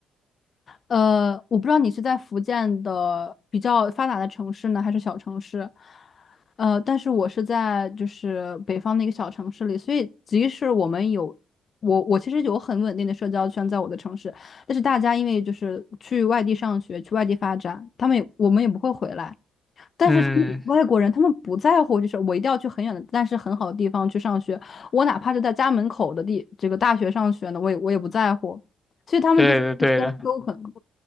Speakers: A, on the left; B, in the centre.
A: 呃，我不知道你是在福建的比较发达的城市呢，还是小城市。呃，但是我是在就是北方的一个小城市里，所以即使我们有我我其实有很稳定的社交圈在我的城市，但是大家因为就是去外地上学，去外地发展，他们也我们也不会回来，但是他们外国人，
B: 嗯，
A: 他们不在乎，就是我一定要去很远的，但是很好的地方去上学，我哪怕就在家门口的地这个大学上学呢，我也我也不在乎。所以他们就是一生都可能，
B: 对的对的。